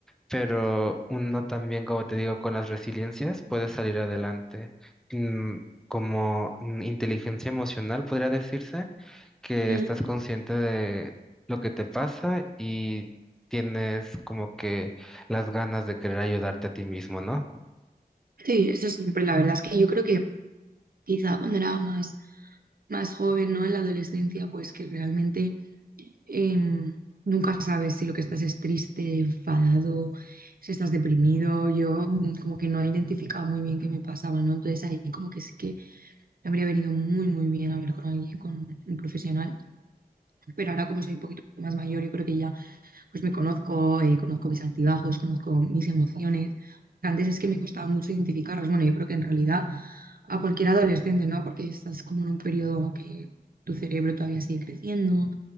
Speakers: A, in the centre; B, on the right (about 60°).
A: pero uno también, como te digo, con las resiliencias puede salir adelante. Mm, Como mm, inteligencia emocional, podría decirse, que
B: mm.
A: estás consciente de lo que te pasa y tienes como que las ganas de querer ayudarte a ti mismo, ¿no?
B: Sí, eso siempre, la verdad es que yo creo que quizá cuando era más, más joven, ¿no? En la adolescencia, pues que realmente em, nunca sabes si lo que estás es triste, enfadado, si estás deprimido. Yo mm, como que no he identificado muy bien qué me pasaba, ¿no? Entonces ahí como que sí que me habría venido muy, muy bien hablar con alguien, con un profesional. Pero ahora como soy un poquito más mayor, yo creo que ya pues me conozco, eh, conozco mis altibajos, conozco mis emociones. Antes es que me costaba mucho identificarlas. Bueno, yo creo que en realidad a cualquier adolescente, ¿no? Porque estás como en un periodo que tu cerebro todavía sigue creciendo,